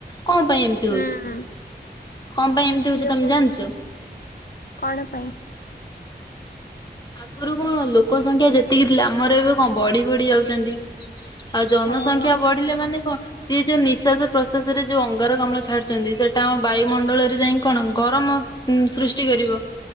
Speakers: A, on the left; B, on the left.
A: କଣ ପାଇଁ ଏମ ତି
B: ହୁଁ।
A: ହୋଉଛି କଣ ପାଇଁ ଏମତି
B: ସେ
A: ହୋଉଛି ତମେ
B: ଆପଣ
A: ଜାଣିଛ?
B: କଣ ପାଇଁ?
A: ଆଗରୁ କଣ ଲୋକ ସଂଖ୍ୟା ଯେତିକି ଥିଲେ, ଆମର ଏବେ କଣ ବଢି ବଢି ଯାଉଚନ୍ତି ଆଉ ଜନସଂଖ୍ୟା
B: ହଁ
A: ବଢିଲେ ମାନେ କଣ ସିଏ ଯୋଉ ନିଶ୍ୱାସ ପ୍ରଶାସ ରେ ଯୋଉ ଅଙ୍ଗାର କାମ୍ଲ ଛାଡୁଛନ୍ତି ସେଟା ଆମ ବାୟୁମଣ୍ଡଳରେ ଯାଇ କଣ ଗରମ ଉ ସୃଷ୍ଟି କରିବ